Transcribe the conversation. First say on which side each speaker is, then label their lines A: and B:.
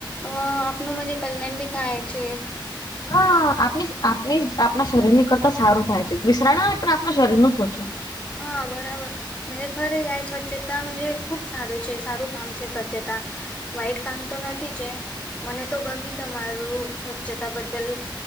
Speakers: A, on the left; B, on the left.
A: હ અ આપનું મજ કલ્યાણ બી થાય છે.
B: હા. આપ આપણી આપણા શરીર ની કરતા સારું થાય છે. વિશ્રણા ને પણ આપણા શરીર નું સોચો
A: હા. બરાબર. <unintelligible> જ ખરે આ સ્વચ્છતા જ ખૂબ સારું છે, સારું કામ છે સ્વચ્છતા વાઈટ કામ તો નથી ચે. મને તો ગમી તમારું સ્વચ્છતા બદલ